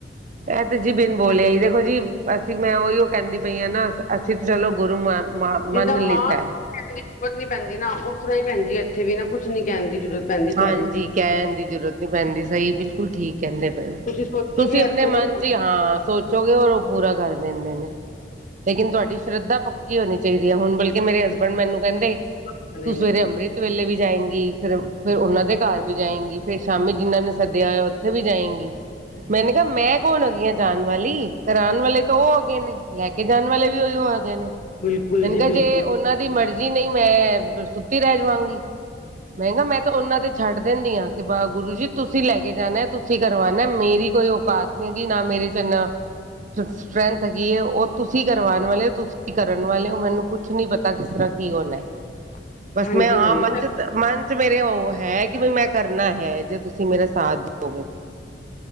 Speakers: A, on the right (about 45°); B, on the left (about 45°).
A: ਇਹ ਤੇ ਜੀ, ਬਿਨ ਬੋਲਿਆ ਈ ਦੇਖੋ ਜੀ, ਅਸੀਂ ਮੈਂ ਉਈਉ ਕਹਿੰਦੀ ਪਈ ਆ ਨਾ, ਅਸੀਂ ਤਾਂ ਚਲੋ ਗੁਰੂ ਮਾਨ ਮ
B: ਜਿੱਦਾਂ
A: ਮੰਨ
B: ਮਾਂ
A: ਲਿੱਤਾ
B: ਨੂੰ
A: ਹੈ
B: ਕਹਿਣ ਦੀ ਜ਼ਰੂਰਤ ਨੀ ਪੈਂਦੀ ਨਾ, ਉਸ ਤਰ੍ਹਾਂ ਈ ਭੈਣ ਜੀ ਇੱਥੇ ਵੀ ਨਾ ਕੁਛ ਨੀ ਕਹਿਣ ਦੀ ਜ਼ਰੂਰਤ। ਪੈਂਦੀ
A: ਹਾਂਜੀ,
B: ਤੁਹਾਡੀ
A: ਕਹਿਣ ਦੀ ਜ਼ਰੂਰਤ ਨੀ ਪੈਂਦੀ, ਸਹੀ ਬਿਲਕੁਲ ਠੀਕ ਕਹਿੰਦੇ ਪਏ,
B: ਤੁਸੀਂ ਸੋਚੋਗੇ
A: ਤੁਸੀਂ ਆਪਣੇ
B: ਇੱਥੋਂ
A: ਮਨ
B: ਦੇ ਕੰਮ
A: 'ਚ ਈ ਹਾਂ ਸੋਚੋਗੇ, ਔਰ ਉਹ ਪੂਰਾ ਕਰ ਦਿੰਦੇ ਨੇ, ਲੇਕਿਨ ਤੁਹਾਡੀ ਸ਼ਰਧਾ ਪਕ ਕੀ ਹੋਣੀ ਚਾਹੀਦੀ ਹੈ ਹੁਣ ਬਲਕਿ ਮੇਰੇ ਹਸਬੈਂਡ ਮੈਨੂੰ ਕਹਿੰਦੇ
B: ਕਰਦੇ
A: ਤੂੰ ਸਵੇਰੇ
B: ਨੇ
A: ਅੰਮ੍ਰਿਤ ਅੰਮ੍ਰਿਤ ਵੇਲੇ ਵੀ ਜਾਏਂਗੀ ਫਿਰ ਫੇਰ ਉਹਨਾਂ ਦੇ ਘਰ ਵੀ ਜਾਏਗੀ, ਫੇਰ ਸ਼ਾਮੀ ਜਿਹਨਾਂ ਨੇ ਸੱਦਿਆ ਹੋਇਆ ਉੱਥੇ ਵੀ ਜਾਏਂਗੀ। ਮੈਨੇ ਕਿਹਾ ਮੈਂ ਕੌਣ ਹੁੰਦੀ ਆ ਜਾਣ ਵਾਲੀ। ਕਰਾਉਣ ਵਾਲੇ ਤਾਂ ਉਹ ਹੈਗੇ ਨੇ। ਲੈ ਕੇ ਜਾਣ ਵਾਲੇ ਵੀ ਉਹੀ ਹੈਗੇ ਨੇ
B: ਬਿਲਕੁਲ
A: ਮੈਨੇ
B: ਜੀ
A: ਕਿਹਾ ਜੇ
B: ਬਿਲਕੁਲ
A: ਉਹਨਾਂ ਦੀ ਮਰਜ਼ੀ ਜੀ ਨਹੀਂ ਮੈਂ। ਸੁੱਤੀ ਰਹਿ ਜਾਵਾਂਗੀ ਮੈਂ ਕਿਹਾ ਮੈਂ ਤੇ ਉਹਨਾਂ ਤੇ ਛੱਡ ਦਿੰਦੀ ਹ ਕਿ ਬਾ ਗੁਰੂ ਜੀ ਤੁਸੀਂ ਲੈ ਕੇ ਜਾਣਾ ਤੁਸੀਂ ਕਰਵਾਉਣਾ ਮੇਰੀ ਕੋਈ ਔਕਾਤ। ਕਿਉਂਕਿ ਨਾ ਮੇਰੇ ਚ' ਇਨਾ ਸਟਰੈਂਥ ਹੈਗੀ ਹੈ ਉਹ ਤੁਸੀਂ ਕਰਵਾਉਣ ਵਾਲੇ ਹੋ ਤੁਸੀਂ ਕਰਨ ਵਾਲੇ ਹੋ ਮੈਨੂੰ ਕੁਛ ਨਹੀਂ ਪਤਾ ਕਿਸ ਤਰ੍ਹਾਂ ਕੀ ਹੋਣਾ।
B: <inaudible>
A: ਬਸ ਮੈਂ ਹਾਂ
B: ਹਾਂਜੀ
A: ਮੰਚ-ਮੰਚ ਮੇਰੇ ਹੋ। ਉਹ ਹੈ ਕਿ ਬਈ ਮੈਂ ਕਰਨਾ ਹੈ। ਜੇ ਤੁਸੀਂ ਮੇਰਾ ਸਾਥ ਦੋਉਗੇ।